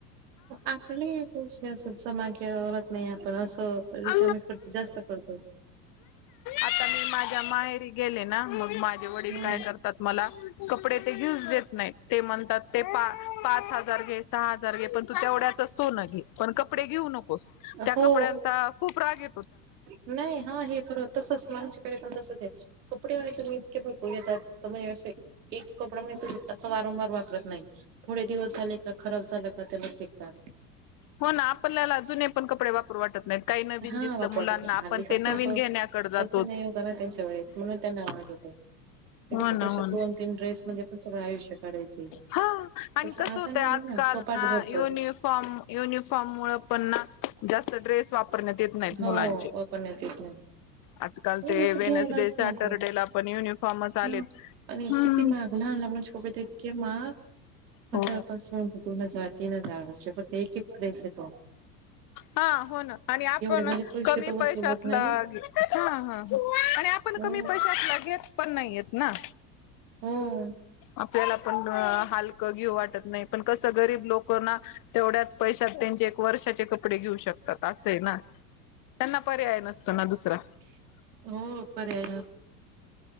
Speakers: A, on the right (about 80°); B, on the left (about 40°).
A: आपली. <unintelligible> असं मागे रडत नाही, आपण असं रिकामेट
B: अ
A: करतो जास्त करतो.
B: आता मी माझ्या माहेरी गेले ना मग माझे वडील
A: हम्म.
B: काय करतात मला. कपडे ते घेऊच देत- नाही ते म्हणतात, ते पा- पाच हजार घे सहा हजार घे पणं तू तेवढ्याच सोन घे, पण कपडे घेऊ नको. त्या
A: हो
B: कपड्यांचा. फ्रॉक घे.
A: नाही हा हे परत तसं असेना म्हणजे. पण तस कपडे व तुम् इतके त येतात म्हणजे अस एक कपडा म्हणज तू असं वारंवार वापरत नाही थोडे दिवस झाले का खराब झालं का त्याला फेकतात
B: हो ना आपल्यागत पण कपडे वापर वाटत नाहीत काही नवीन
A: हा
B: दिसलं
A: वापरत
B: मुलांना
A: आ
B: आपण ते
A: कसं
B: नवीन
A: होत
B: घेण्याकडे जातो
A: कसं नाही होतं ना त्यांच्या वेळेस म्हणून त्यांना आवाड होत ते
B: हो
A: कसं
B: ना
A: होत
B: हो ना
A: दोन तीन ड्रेस मध्ये पण सगळं आयुष्य काढायचे
B: हा आणि
A: तसं
B: कसं
A: आता
B: होतंय
A: नाहीये
B: आजकाल
A: ना कपाट भरतो
B: युनिफॉर्म युनिफॉर्म मु पण ना जास्त ड्रेस वापरण्यात येत नाहीत
A: हो
B: मुलांचे
A: पण नाही तेत नाही
B: आजकाल
A: म
B: ते
A: जसं
B: वेनसडे
A: घ्यायलाच
B: सॅटरडेला
A: नको
B: पण युनिफॉर्मच आलेत
A: आणि
B: हम्म
A: किती माग लहान लगून छोपे इतके माग हजारपासून
B: हो
A: दोन हजार तीन हजार वर्सचे पण ते एकेसे त
B: हा हो ना आणि आपण
A: म्हणजे पैसे
B: कमी
A: तर
B: पैशात
A: वसूल होत नाही
B: आणि आपण
A: हो
B: कमी पैशातेतघेत पण नाहीेत ना
A: हम
B: आपल्याला पण हलकं घेऊ वाटत नाही पण कसं गरीब लोक ना तेवढ्याच पैशात त्यांचे एक वर्षाचे कपडे घेऊ शकतात असं आहे ना त्यांना पर्याय नसतो ना दुसरा.
A: हो पर्याय